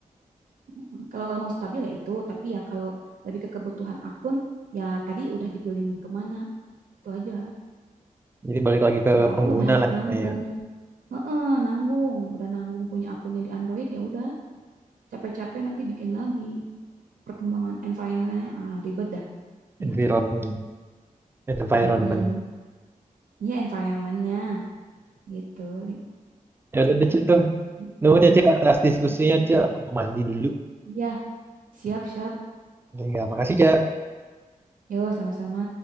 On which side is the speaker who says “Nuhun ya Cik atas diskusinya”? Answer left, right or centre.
Right